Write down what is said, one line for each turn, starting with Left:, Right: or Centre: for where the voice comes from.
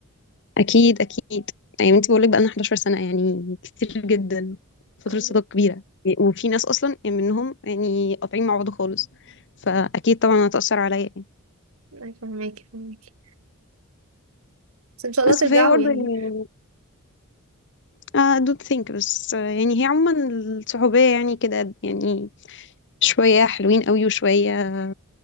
Left: أكيد أكيد يعني أنت بقولك بقالنا 11 سنة يعني كتير جدا فترة
Right: أو-
Left: صداقة كبيرة وفي ناس أصلا يعني منهم يعني قاطعين مع بعض خالص فأكيد طبعا هتأثر عليا يعني
Right: أي فاهماكي فاهماكي بس ان شاء الله
Left: بس
Right: ترجعوا
Left: فهي برضه
Right: يعني
Left: يعني آه، I don't think بس يعني هي عموما الصحوبية يعني كده يعني شوية حلوين قوي وشوية